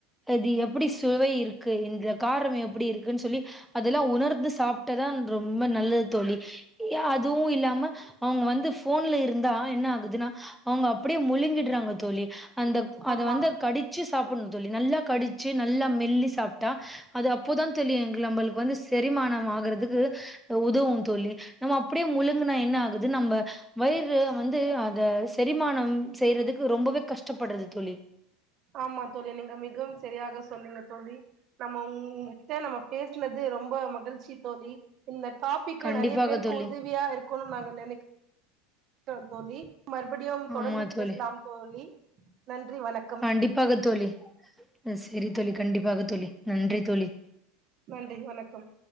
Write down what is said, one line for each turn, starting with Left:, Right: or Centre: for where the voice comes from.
Centre: அது எப்படி சுவை இருக்கு இந்த காரம் எப்டி இருக்குனு சொல்லி அதெல்லா உணர்ந்து சாப்ட்டதா ரொம்ப நல்லது தோழி அதுவு இல்லாம அவங்க வந்து ஃபோன்ல இருந்தா என்ன ஆகுதுன்னா அவங்க அப்டியே முழுங்கிட்றாங்க தோழி அந்த அத
Right: ஆமா
Centre: வந்து கடி ச்சி சாப்புட்ணு தோழி, நல்லா கடிச்சு நல்லா மெல்லி சாப்ட்டா அது அப்போதா தோழி எங்க நம்மளுக்கு வந்து செரிமானம் ஆகறதுக்கு உதவும் தோழி நம்ம அப்டியே முழுங்குனா என்ன ஆவு அ வயிறு வந்து அத செரிமானம் செய்யறதுக்கு ரொம்பவே கஷ்டப்பட்றது தோழி
Right: ஆமா தோழி நீங்க மிகவும் சரியாக சொன்னீங்க தோழி நம்ம உங்கிட்ட நம்ம பேசினது ரொம்ப மகிழ்ச்சி தோழி இந்த டாபிக்கு
Centre: கண்டிப்பாக
Right: நெறைய பேருக்கு
Centre: தோழி
Right: உதவியா இருக்குனு நாங்க நெனைக் கிறோ தோழி, மறுபடியும் தொடர்ந்து
Centre: ஆமா தோழி
Right: பேசலாம் தோழி நன்றி வணக்
Centre: கண்டிப்பாக தோழி, அ சரி தோழி கண்டிப்பாக தோழி நன்றி தோழி.
Right: நன்றி வணக்கம்.